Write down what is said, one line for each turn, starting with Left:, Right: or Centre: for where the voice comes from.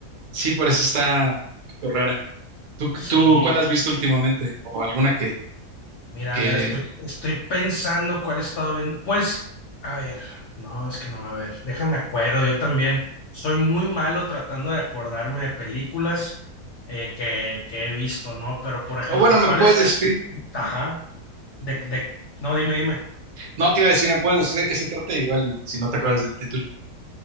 Right: Sí, por eso está un poquito rara. ¿Tú,
Left: Sí.
Right: tú cuál has visto últimamente? ¿O alguna que,
Left: Mira,
Right: que...
Left: a ver, estoy, estoy pensando cuál he estado viendo. Pues, a ver, no, es que no, a ver, déjame acuerdo, yo también soy muy malo tratando de acordarme de películas eh, que, que he visto, ¿no? Pero, por ejemplo,
Right: O bueno, me
Left: ¿cuál
Right: puedes
Left: es?
Right: decir.
Left: Ajá, de, de, no, dime, dime.
Right: No te iba a decir, me puedes decir de qué se trata igual y si no te acuerdas del título.